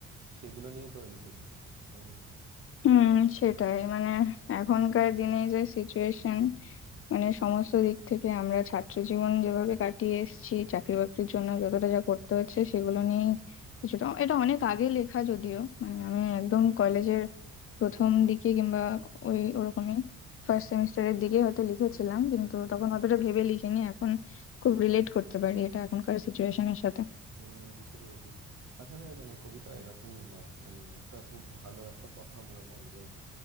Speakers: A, on the right (about 60°); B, on the left (about 45°).
A: সেগুলো নিয়েই তো লিখেছো তাই
B: হুম সেটাই মানে এখনকার দিনে যে সিচুয়েশন মানে সমস্ত দিক থেকে আমরা ছাত্র জীবন যেভাবে কাটিয়ে এসেছি চাকরি বাকরির জন্য যতটা যা করতে হচ্ছে সেগুলো নিয়ে কিছুটা এটা অনেক আগে লেখা যদিও মানে আমি একদম কলেজের প্রথম দিকে কিংবা ওই ওরকমই ফার্স্ট সেমিস্টারের দিকে হয়তো লিখেছিলাম
A: না হুম।
B: কিন্তু তখন অতটা ভেবে লিখিনি এখন খুব রিলেট করতে পারি এটা এখনকার সিচুয়েশনের সাথে
A: হম বুঝতে পেরেছি আসলে মানে কবিতা এরকমই হয় মানে একটা খুব ভালো একটা কথা মনে পড়ে যে